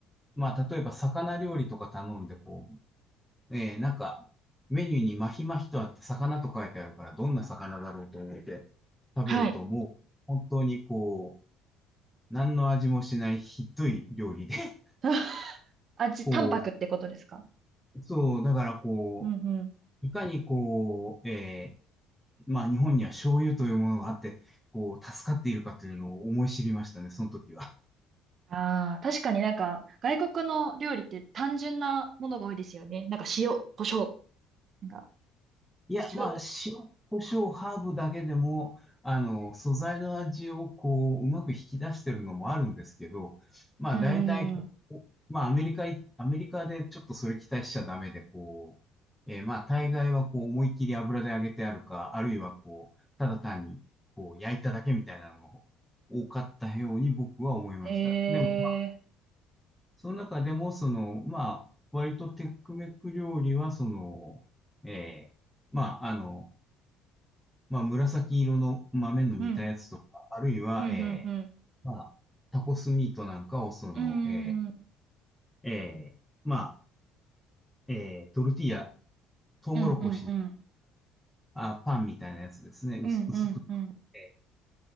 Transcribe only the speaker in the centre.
う、まあ、例えば魚料理とか頼んで、こう、えー、なんか、メニューにマヒマヒとあって魚と書いてあるから、どんな魚だろうと思って食べると、
もう、本当にこう、何の味もしないひどい料理で、
<laughs>
こ
う、そう、だからこう、
いかにこう、えー、まあ日本には醤油というものがあって、こう、助かっているかというのを思い知りましたね、その時は。
いや、
まあ、塩、胡椒、ハーブだけでも、あの、素材の味をこう、うまく引き出してるのもあるんですけど、まあ、
大体、
まあ、アメリカい、アメリカでちょっとそれ期待しちゃダメで、こう、えーまあ、大概はこう、思いっきり油で揚げてあるか、あるいはこう、ただ単に、こう、焼いただけみたいなのが多かったように僕は思いました。
でも、その中でも、その、まあ、割とテックメック料理は、その、えーまあ、あの、まあ、紫色の豆の煮たやつとか、
あるいは、
え
ーまあ、タコスミートなんかを、その、
え
ーえーまあ、えートルティーヤ、トウモロコシで
ああパンみたいなやつですね、薄薄く
えー